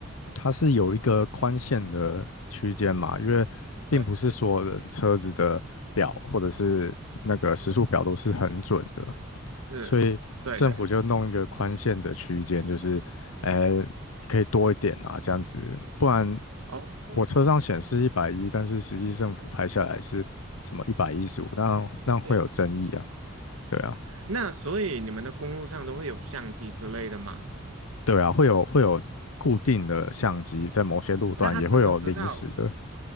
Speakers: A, on the left (about 80°); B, on the right (about 80°).
A: 它是有一个宽限的区间嘛，因为并不是所有人车子的表或者是那个时速表都是很准的，
B: 对，是，
A: 所以政府就弄一个宽限的区间，
B: 对对。
A: 就是，呃，可以多一点啊这样子，不然
B: 哦。
A: 我车上显示一百一，但是实际政府拍下来是什么一百一十五，那那会有争议啊，
B: 对
A: 对啊。
B: 那所以你们的公路上都会有相机之类的吗？
A: 对啊，会有会有固定的相机，在某些路段也会有临时的。
B: 那他怎么知道？